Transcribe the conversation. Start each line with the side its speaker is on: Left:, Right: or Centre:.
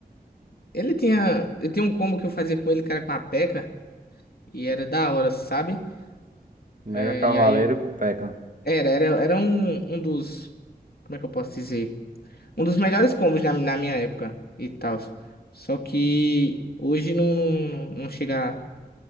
Left: ele tinha, eu tinha um combo que eu fazia com ele, que era com a P.E.K.K.A, e K K A, e era da hora, sabe?
Right: Mega
Left: É,
Right: Cavaleiro
Left: e aí,
Right: com P.E.K.K.A.
Left: era, era, era um, um dos, como é que eu posso dizer? Um dos melhores combos na, na minha época e tal. Só que hoje não, não, não, não chega,